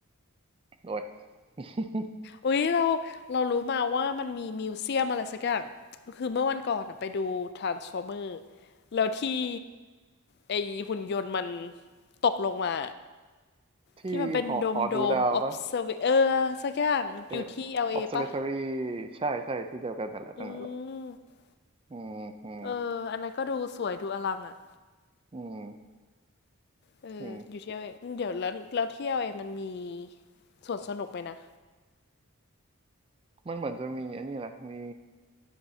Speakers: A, on the right (about 25°); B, on the left (about 50°).
A: โดย <laughs>
B: อุ๊ยเราเรารู้มาว่ามันมีมิวเซียมอะไรสักอย่างคือเมื่อวันก่อนอะไปดู Transformer แล้วที่ ไอหุ่นยนต์มันตกลงมา
A: ที่หอหอดูดาวปะ
B: ที่มันเป็นโดมโดม observer เออสักอย่างอยู่ที่
A: เออ
B: LA
A: observatory
B: ปะ
A: ใช่ใช่ที่เดียวกันนั่นแหละตรงนั้นแหละ
B: อืม
A: อืมอืม
B: เอออันนั้นก็ดูสวยดูอลังอ่ะ
A: อืม
B: เอออยู่ที่
A: จริง
B: LA เอเดี๋ยวแล้วแล้วที่ LA มันมีสวนสนุกไปนะ
A: มันเหมือนจะมีอันนี้นะมี